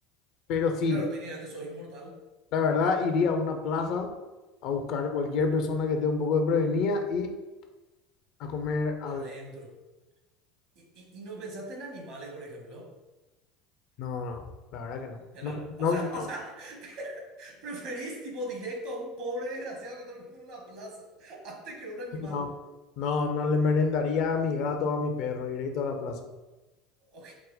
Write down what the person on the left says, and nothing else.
pero sí,
la verdad iría a una plaza a buscar cualquier persona que esté un poco de prevenida y a comer algo.
No, no, la verdad que no.
No,
no,
no,
no, no, no le merendaría a mi gato o a mi perro, directo a la plaza.